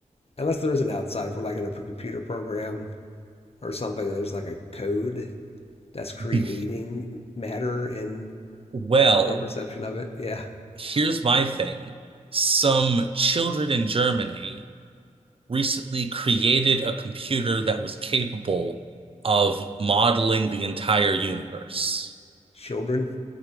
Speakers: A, on the left (about 50°); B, on the right (about 45°).
A: unless there is an outside, if we're like in a computer program or something and there's like a code that's creating
B: <laughs>
A: matter and
B: Well,
A: our perception of it. Yeah.
B: Here's my thing. Some children in Germany recently created a computer that was capable of modeling the entire universe.
A: Children.